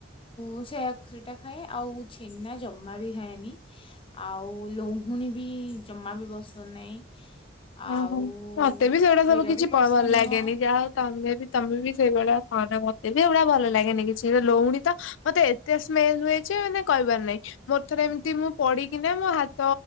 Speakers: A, on the left (about 30°); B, on the left (about 85°).
A: ଉ ସେ ସେଇଟା ଖାଏ ଆଉ ଛେନା ଜମା ବି ଖାଏନି। ଆଉ ଲହୁଣୀ ବି ଜମା ବି ବସ ନାହିଁ।
B: ଓହୋ
A: ଆଉ
B: ମତେ ବି ସେଗୁଡା
A: କ୍ଷୀର
B: ସବୁ କିଛି
A: ବି ପସନ୍ଦ
B: ପରବିଲ୍‌ ଲାଗେନି
A: ନୁହଁ
B: ଯାହା ହଉ ତମେ ବି ତମେ ବି ସେଇଭଳିଆ ଖାାନ ମତେ ବି ଏୁଡା ଭଲ ଲାଗେନି କିଛି ଲଉଣୀ ତ ମତେ ଏତେ ସ୍ମେଲ ହୁଏ ଯେ ମାନେ କହିବାର ନାହିଁ। ମୋର ଥର ଏମିତି ମୁଁ ପଡିକିନା ମୋ ହାତ